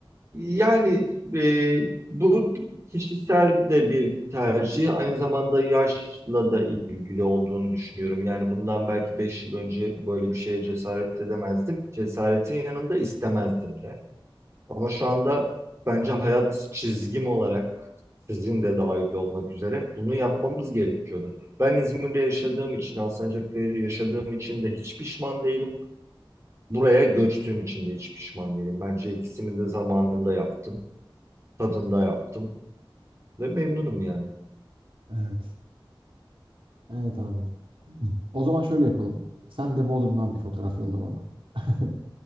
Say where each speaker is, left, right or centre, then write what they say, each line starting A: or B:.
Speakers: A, on the right; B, on the right.
A: Yani e, bu kişisel de bir tercih. Aynı zamanda yaşla da ilgili olduğunu düşünüyorum. Yani bundan belki 5 yıl önce böyle bir şeye cesaret edemezdim. Cesaretin yanında istemezdim de. Ama şu anda bence hayat çizgim olarak sizin de dahil olmak üzere bunu yapmamız gerekiyordu. Ben İzmir'de yaşadığım için, Alsancak'ta yaşadığım için de hiç pişman değilim. Buraya göçtüğüm için de hiç pişman değilim. Bence ikisini de zamanında yaptım, tadında yaptım ve memnunum yani.
B: evet. Evet abi. <clears throat> O zaman şöyle yapalım. Sen de Bodrum'dan bir fotoğraf yolla bana. <laughs>